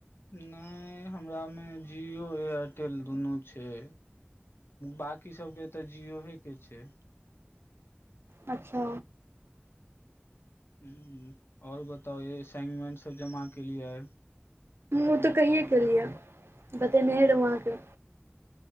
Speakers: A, on the left (about 70°); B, on the right (about 75°).
A: नहि हमरा मे जिओ एयरटेल दुनू छै बाकी सबके तऽ जियोहे के छै
B: अच्छा
A: हुँ और बताउ असाइनमेंट सब जमा केलियै
B: ओ तऽ कहि केलियै बतेनहे रहुँ आहाँके